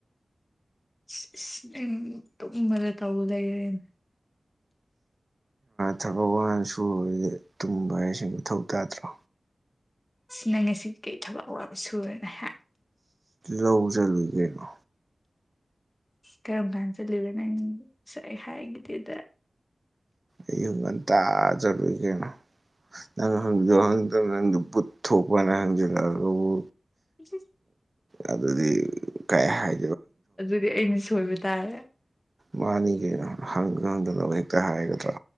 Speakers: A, on the left (about 20°); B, on the right (about 40°).
A: ꯢꯂ ꯢꯁ ꯅꯪ ꯇꯨꯝꯕꯗ ꯇꯧ ꯂꯩꯔꯦꯅꯦ
B: ꯊꯕꯛ ꯋꯥꯟ ꯁꯨꯔꯨꯔꯗꯤ ꯇꯨꯝꯕ ꯍꯥꯏꯖꯦ ꯃꯊꯧ ꯇꯥꯗ꯭ꯔꯣ
A: ꯅꯪ ꯉꯁꯤꯒꯤ ꯀꯩ ꯊꯕꯛ ꯑꯋꯥꯕ ꯁꯨꯔꯦꯅ ꯍꯥ
B: ꯂꯧ ꯆꯠꯂꯨꯢ ꯀꯩꯅꯣ
A: ꯀꯔꯝ ꯀꯥꯟ ꯆꯠꯂꯨꯢꯕ ꯅꯪ ꯉꯁꯥꯢ ꯍꯥꯏꯒꯤꯗꯦꯗ
B: ꯑꯌꯨꯛ ꯉꯟꯇꯥ ꯆꯠꯂꯨꯏ ꯀꯩꯅꯣ ꯅꯪ ꯍꯪꯁꯨ ꯍꯪꯗꯅ ꯅꯪꯗꯨ ꯚꯨꯠ ꯊꯣꯛꯄ꯭ꯔꯥꯅ ꯍꯪꯖꯜꯂꯛ ꯑꯒꯕꯨ
A: <inaudible>
B: ꯑꯗꯨꯗꯤ ꯀꯩ ꯍꯥꯏ
A: ꯑꯗꯨꯗꯤ ꯑꯩꯅ ꯁꯣꯏꯕ ꯇꯥꯔꯦ
B: ꯃꯥꯅꯤ ꯀꯩꯅꯣ ꯍꯪ ꯍꯪꯗꯅꯅꯕ ꯍꯦꯛꯇ ꯍꯥꯏꯒꯗ꯭ꯔꯣ